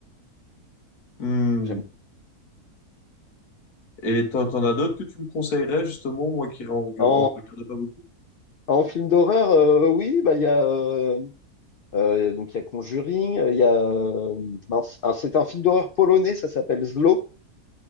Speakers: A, on the left; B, on the left.
A: Hmm.
B: J'aime.
A: Et t'en t'en as d'autres que tu me conseillerais, justement, moi qui en, en
B: En,
A: regarde pas beaucoup?
B: en film d'horreur, euh, oui, bah, il y a. euh, Euh, donc il y a Conjuring, euh, il y a euh, mince, ah, c'est un film d'horreur polonais, ça s'appelle Zlo.